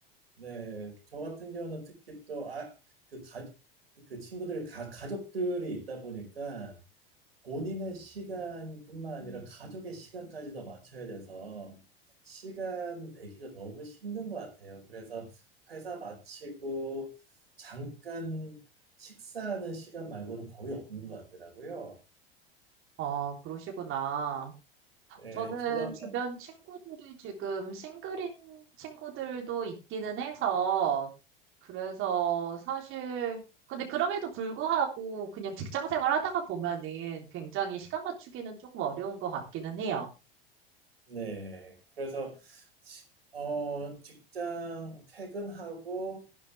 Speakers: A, on the right; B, on the right.
A: 네, 저 같은 경우는 특히 또 아, 그 가, 그 친구들이 다 가족들이 있다 보니까 본인의 시간뿐만 아니라 가족의 시간까지도 맞춰야 돼서 시간 내기가 너무 힘든 것 같아요. 그래서 회사 마치고 잠깐 식사하는 시간 말고는 거의 없는 것 같더라고요.
B: 어, 그러시구나.
A: 네,
B: 저는
A: 저도 한
B: 주변 친구들이 지금 싱글인 친구들도 있기는 해서, 그래서 사실, 근데 그럼에도 불구하고 그냥 직장 생활 하다가 보면은 굉장히 시간 맞추기는 조금 어려운 것 같기는 해요.
A: 네. 그래서, 식- 어, 직장 퇴근하고,